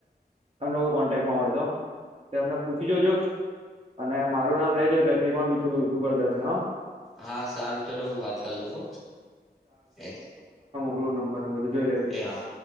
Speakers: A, on the right (about 35°); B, in the centre.
A: અમને કોઈ કોન્ટેક માં હોય તેમને. પૂછી જોજો અને મારું નામ લેજો એટલે ફી માં બી થોડું ઓછું કરી દેશે હ.
B: હા સારું ચલો હું વાત કરી લઉં હ એ.
A: પગ નંબરધ જોઈ લેજો.
B: એ હા